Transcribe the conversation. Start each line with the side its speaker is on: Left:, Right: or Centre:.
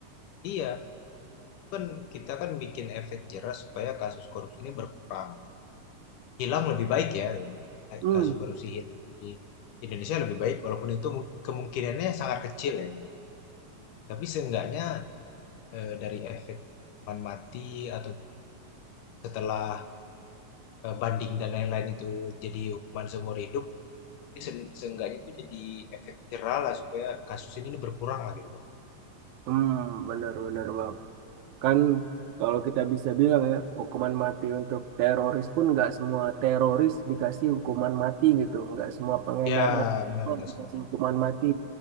Left: iya itu kan kita kan bikin efek jerah supaya kasus korupsi ini berkurang hilang lebih baik ya
Right: Hmm,
Left: kasus korupsi hilang di Indonesia lebih baik walaupun itu kemungkinannya sangat kecil ya Tapi seenggaknya, eee, dari efek hukuman mati ataupun setelah, eee, banding dan lain-lain itu jadi hukuman seumur hidup, tapi se seenggaknya itu jadi efek jerahlah supaya kasus ini berkurang berkuranglah gitu, Bang.
Right: hmm, benar-benar bang. Kan kalau kita bisa bilang ya, hukuman mati untuk teroris pun nggak semua teroris dikasih hukuman mati gitu. Nggak semua pengedar
Left: Ya,
Right: narkoba
Left: benar nggak
Right: dikasih
Left: semua.
Right: hukuman mati.